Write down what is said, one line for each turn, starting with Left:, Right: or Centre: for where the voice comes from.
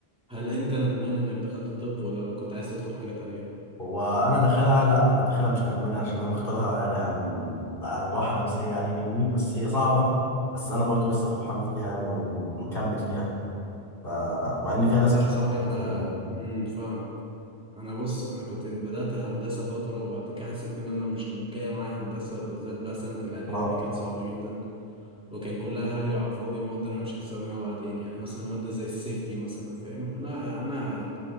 Centre: هل انت ندمان انك دخلت طب ولا كنت عايز تدخل حاجة تانية
Left: هو انا داخلها لا انا داخلها مش ندمان عشان انا مختارها يعني عن عن راحه نفسيه يعني مني بس هي صعبه بس انا برضو لسه فرحان فيها يعني ونكمل فيها فمع ان فيها
Centre: والله
Left: ناس كتير
Centre: يا صاحبي انا
Left: مش ندمان
Centre: امم فاهم انا بص انا كنت بدأت هندسة فترة وبعد كده حسيت ان انا مش جاية معايا هندسة بالذات بقى سنة الاعدادي
Left: اه
Centre: دي كانت صعبة جدا وكان كلها هري على الفاضي مواد انا مش هستخدمها بعدين يعني مثلا ماده زي السيفتي مثلا فاهم انا انا